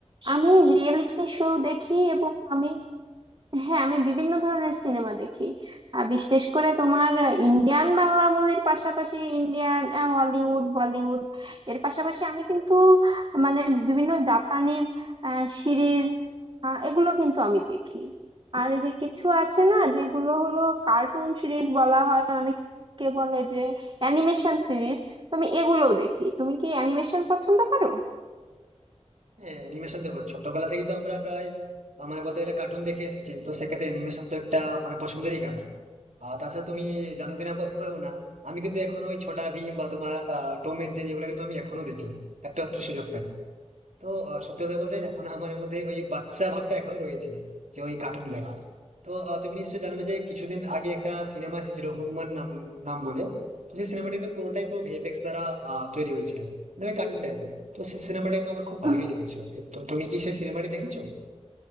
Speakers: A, on the right; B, on the right.
A: আমি রিয়েলিটি শো দেখি এবং আমি হ্যাঁ আমি বিভিন্ন ধরনের সিনেমা দেখি আহ, বিশেষ করে তোমার ইন্ডিয়ান বাংলা মুভির পাশাপাশি ইন্ডিয়ান হলিউড বলিউড এর পাশাপাশি আমি কিন্তু মানে বিভিন্ন জাপানিজ সিরিজ এগুলো কিন্তু আমি দেখি আর এই যে কিছু আছে না যেগুলো হলো কার্টুন সিরিজ বলা হয় অনেকে বলে যে অ্যানিমেশন সিরিজ তো আমি এগুলোও দেখি তুমি কি অ্যানিমেশন পছন্দ করো
B: হ্যাঁ অ্যানিমেশন দেখো ছোটবেলা থেকে তো আমরা প্রায় আহ, মানে বলতে গেলে কার্টুন দেখে এসেছি তো সেক্ষেত্রে অ্যানিমেশন তো একটা মানে পছন্দেরই কারণ আর তাছাড়া তুমি জানো কিনা বলতে পারবো না আমি কিন্তু এখনো ওই ছোটা ভীম বা তোমার টম এন্ড জেরি এগুলো কিন্তু আমি এখনো দেখি একটু একটু সুযোগ পেলে তো আহ, সত্যি কথা বলতে এখন আমার মধ্যে ওই বাচ্চা ভাবটা এখনো রয়েছে যে ওই কার্টুন দেখা তো আহ, তুমি নিশ্চয়ই জানবে যে কিছুদিন আগে একটা সিনেমা এসেছিল হনুমান নাম নাম বলে তো সেই সিনেমাটা কিন্তু পুরোটাই পুরো ভিএফএক্স দ্বারা আহ, তৈরি হয়েছিল মানে ওই কার্টুন টাইপের তো সেই সিনেমাটা কিন্তু আমার খুব
A: হুম,
B: ভালোই লেগেছিল তো তুমি কি সেই সিনেমাটি দেখেছো